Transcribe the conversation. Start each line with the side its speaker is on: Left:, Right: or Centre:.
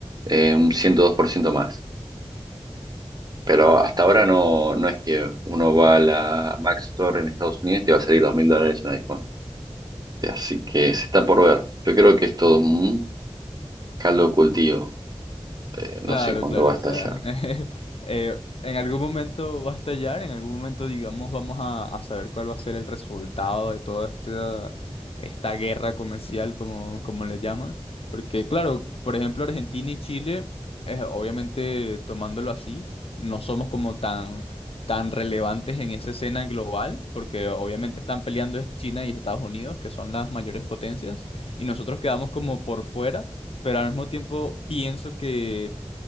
Right: eh, un 102% más. Pero hasta ahora no, no es que uno va a la Mac Store en Estados Unidos y te va a salir dos mil dólares un iPhone. Así que se está por ver. Yo creo que es todo un caldo de cultivo. Eh, no
Left: Claro,
Right: sé cuándo
Left: claro,
Right: va
Left: o
Right: a estallar.
Left: sea, <laughs> eh, en algún momento va a estallar, en algún momento, digamos, vamos a, a saber cuál va a ser el resultado de toda esta, esta guerra comercial, como, como le llaman. Porque, claro, por ejemplo, Argentina y Chile, eh, obviamente tomándolo así, no somos como tan, tan relevantes en esa escena global, porque obviamente están peleando es China y Estados Unidos, que son las mayores potencias, y nosotros quedamos como por fuera, pero al mismo tiempo pienso que